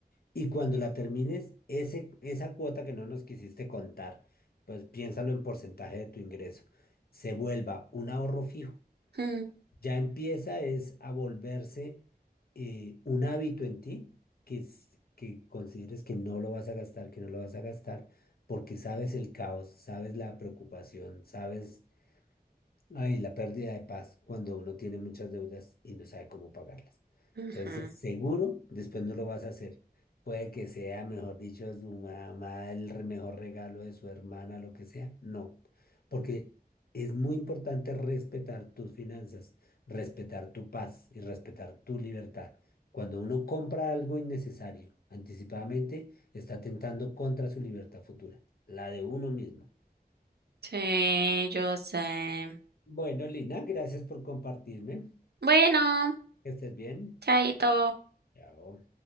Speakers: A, on the left; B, on the right.
A: Y cuando la termines, ese, esa cuota que no nos quisiste contar, pues piénsalo en porcentaje de tu ingreso. Se vuelva un ahorro fijo.
B: Mm,
A: Ya empieza es a volverse eh, un hábito en ti que, s- que consideres que no lo vas a gastar, que no lo vas a gastar, porque sabes el caos, sabes la preocupación, sabes Ay, la pérdida de paz cuando uno tiene muchas deudas y no sabe cómo pagarlas.
B: ujú.
A: Entonces, seguro, después no lo vas a hacer. Puede que sea, mejor dicho, su mamá, el re- mejor regalo de su hermana, lo que sea. No, porque es muy importante respetar tus finanzas, respetar tu paz y respetar tu libertad. Cuando uno compra algo innecesario anticipadamente, está atentando contra su libertad futura, la de uno mismo.
B: Sí, yo sé.
A: Bueno, Lina, gracias por compartirme.
B: Bueno,
A: Que estés bien.
B: chaito.
A: Chao.